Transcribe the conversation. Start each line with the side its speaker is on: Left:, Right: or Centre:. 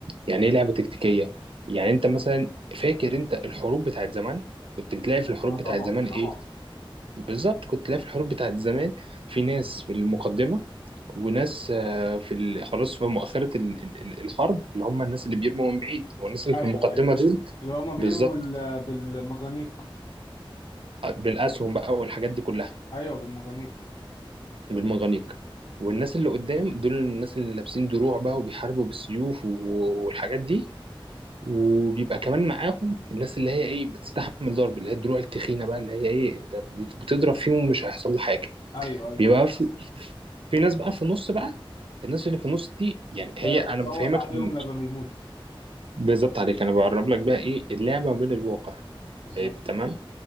Right: يعني ايه لعبة تكتيكية يعني انت مثلا فاكر انت الحروب بتاعت زمان كنت بتلاقي في الحروب
Left: اه
Right: بتاعت
Left: طبعا
Right: زمان ايه
Left: طبعا
Right: بالظبط كنت تلاقي في الحروب بتاعت زمان في ناس في المقدمة وناس آه، في ال- خلاص في مؤخرة ال- ال- ال- الحرب اللي هم الناس اللي بيرموا من بعيد والناس اللي
Left: ايوه
Right: في المقدمة
Left: ايوه
Right: دول
Left: اللي هما بيرموا
Right: بالظبط
Left: بال... بالمجانيق
Right: بالأسهم بقى والحاجات دي كلها
Left: ايوه بالمجانيق
Right: بالمغانيق والناس اللي قدام دول الناس اللي لابسين دروع بقى وبيحاربوا بالسيوف و- والحاجات دي وبيبقى كمان معاهم الناس اللي هي ايه بتستحمل ضرب اللي هي الدروع التخينه بقى اللي هي ايه انت بت- بتضرب فيهم مش هيحصل له حاجه
Left: ايوه ايوه
Right: بيبقى في, في ناس بقى في النص بقى الناس اللي في النص دي يعني هي
Left: هي
Right: انا
Left: بتصوت
Right: بفهمك
Left: عليهم
Right: من-
Left: لما بيموتوا
Right: بالظبط عليك انا بعرب لك بقى ايه اللعبه ما بين الواقع
Left: بالظبط
Right: إيه تمام